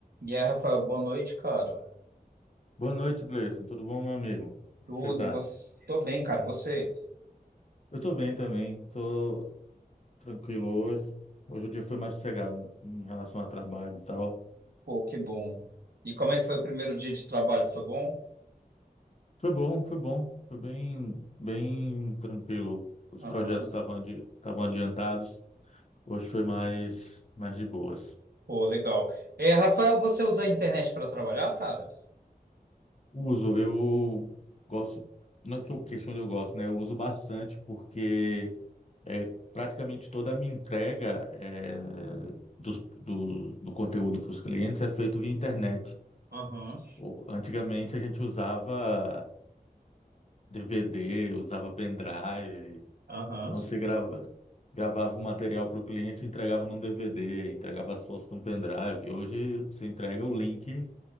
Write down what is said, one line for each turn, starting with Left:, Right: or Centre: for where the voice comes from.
Right: E aí, Rafael, boa noite, cara.
Left: Boa noite, Gleison. Tudo bom, meu amigo? Como
Right: Tudo,
Left: é que você tá?
Right: e você? Tô bem, cara. E Você?
Left: Eu tô bem também, tô tranquilo hoje. Hoje o dia foi mais sossegado em relação ao trabalho e tal.
Right: Pô, que bom. E como é que foi o primeiro dia de trabalho? Foi bom?
Left: Foi bom, foi bom. Foi bem, bem tranquilo. Os
Right: Aham.
Left: projetos estavam adi- estavam adiantados. Hoje foi mais, mais de boas.
Right: Pô, legal. É, Rafael, você usa a internet para trabalhar, cara?
Left: Uso, eu gosto, não é que eu questão de eu gosto, né? Eu uso bastante porque é, praticamente toda a minha entrega é, dos- do, do conteúdo para os clientes é feito via internet.
Right: Aham,
Left: O- Antigamente a gente usava DVD, usava pendrive,
Right: aham.
Left: então você grava, gravava um material para o cliente e entregava num DVD, entregava as fotos num pendrive. Hoje você entrega o link